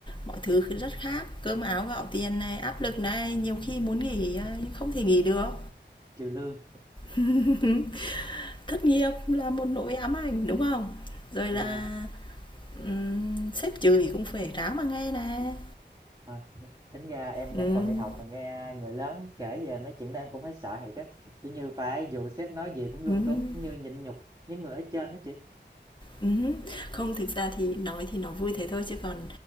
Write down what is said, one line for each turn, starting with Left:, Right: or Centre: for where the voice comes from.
Left: mọi thứ kh rất khác, cơm áo gạo tiền này, áp lực này, nhiều khi muốn nghỉ, ờ, nhưng không thể nghỉ được.
Right: trừ lương.
Left: <laughs> Thất nghiệp là một nỗi ám ảnh, đúng không? Rồi
Right: Dạ,
Left: là, ừm, sếp chửi cũng phải ráng mà nghe nè.
Right: ờ, tính ra em vẫn
Left: Ừm,
Right: còn đi học mà nghe người lớn kể về mấy chuyện đó em cũng thấy sợ thiệt á. Kiểu như phải dù sếp nói gì cũng luôn
Left: ừm
Right: đúng cũng như nhịn nhục với người ở trên đó chị.
Left: ừm Không, thực ra thì nói thì nó vui thế thôi chứ còn,